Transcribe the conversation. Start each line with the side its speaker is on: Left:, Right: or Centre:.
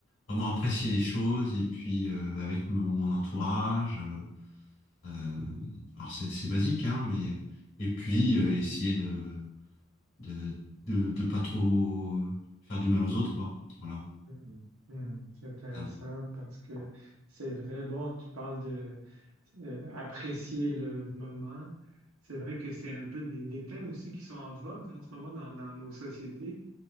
Left: vraiment apprécier les choses et puis euh, avec mon, mon entourage. euh, euh, alors c'est c'est basique, hein, mais et puis euh, essayer de, de de de pas trop faire du mal aux autres, quoi. Voilà.
Right: hum, hum. C'est intéressant
Left: Ah. bon.
Right: parce que c'est vrai, bon, tu parles de euh, apprécier le moment. C'est vrai que c'est un peu des, des thèmes aussi qui sont en vogue en ce moment dans, dans nos sociétés.